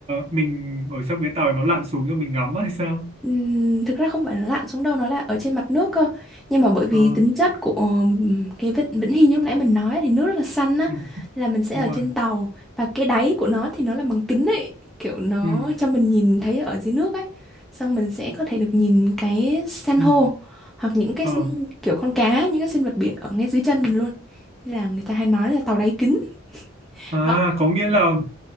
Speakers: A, on the right; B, in the centre.
A: mình ở trong cái tàu nó lặn xuống cho mình ngắm á hay sao?
B: Ừm, thực ra không phải là lặn xuống đâu nó là ở trên mặt nước cơ nhưng mà bởi vì
A: Ờ,
B: tính chất của ừm, cái vịnh Vĩnh Hy như lúc nãy mình nói thì nước rất là xanh á
A: ừ,
B: là mình sẽ
A: đúng
B: ở
A: rồi.
B: trên tàu và cái đáy của nó thì nó là bằng kính ấy kiểu nó
A: Ừ,
B: cho mình nhìn thấy ở dưới nước ấy xong mình sẽ có thể được nhìn cái san
A: ừ,
B: hô hoặc những cái
A: ờ.
B: sinh- kiểu con cá những cái sinh vật biển ở ngay dưới chân mình luôn Nên là người ta hay nói là tàu đáy kính
A: À,
B: đó
A: có nghĩa là